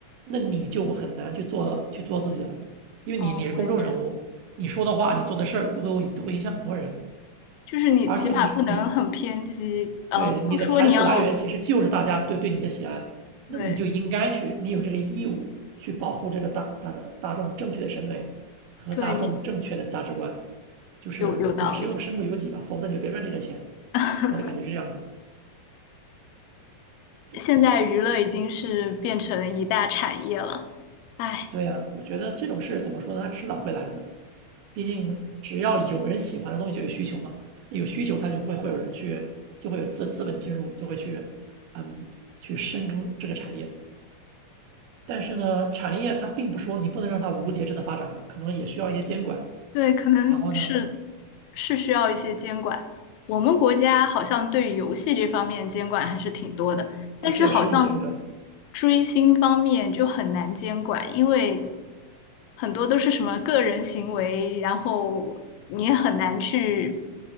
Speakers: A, on the right; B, on the left.
A: 那你就很难去做去做自己了，因为你你是公众人物，
B: 嗯、我也觉得，
A: 你说的话，你做的事儿都会都会影响很多人，
B: 就是你起码不能很偏激，
A: 而且你你
B: 呃，
A: 对你的财富来源其实就是大家对对你的喜爱，
B: 不说你要，对
A: 那你就应该去，你有这个义务去保护这个大大大众正确的审美和大众正确的价值观，
B: 对，你
A: 就是也是用身不由己吧，
B: 有有道理。
A: 否则你就别赚这个钱。
B: <laughs>
A: 我的感觉是这样的，对
B: 现在娱乐已经是变成一大产业了，唉。
A: 对呀、我觉得这种事怎么说呢？它迟早会来的，毕竟只要有人喜欢的东西就有需求嘛，那有需求他就会会有人去，就会有资资本进入，就会去，嗯，去深耕这个产业。但是呢，产业它并不说你不能让它无节制的发展吧，可能也需要一些监管。
B: 对，可能是
A: 然后呢，
B: 是需要一些监管。我们国家好像对游戏这方面监管还是挺多的，但是好像
A: 啊，对，是挺严格的。
B: 追星方面就很难监管，因为很多都是什么个人行为，然后你也很难去